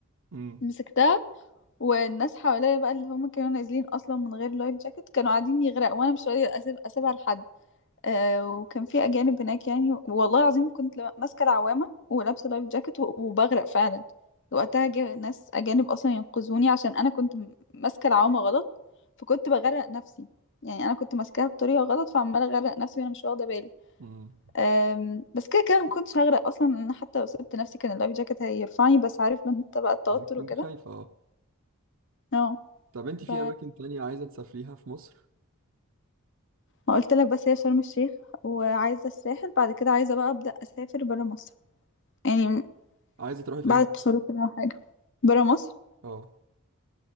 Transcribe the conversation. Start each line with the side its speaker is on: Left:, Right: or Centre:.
Right: امم
Left: مسكتها والناس حواليا بقى اللي هم كانوا نازلين اصلا من غير لايف جاكيت كانوا قاعدين يغرقوا وانا مش راضية اسيب اسيبها لحد آه، وكان في اجانب هناك يعني والله العظيم كنت لا- ماسكه العوامه ولابسه لايف جاكيت و- وبغرق فعلا وقتها جه ناس اجانب اصلا ينقذوني عشان انا كنت م- ماسكه العوامه غلط فكنت بغرق نفسي يعني انا كنت ماسكاها بطريقه غلط فعماله اغرق نفسي وانا مش واخده بالي
Right: امم
Left: أم، بس كده كده ما كنتش هغرق اصلا انا حتى لو سبت نفسي كان اللايف جاكيت هيرفعني بس عارف من انت بقى التوتر
Right: يعني كنت
Left: وكده
Right: خايفة اه
Left: اه
Right: طب انت في
Left: ف
Right: اماكن تانية عايزة تسافريها في مصر
Left: ما قلت لك بس هي شرم الشيخ وعايزه الساحل بعد كده عايزه بقى ابدا اسافر برا مصر يعني
Right: عايزة تروحي فين
Left: بعد التخرج كده أو حاجة برا مصر
Right: اه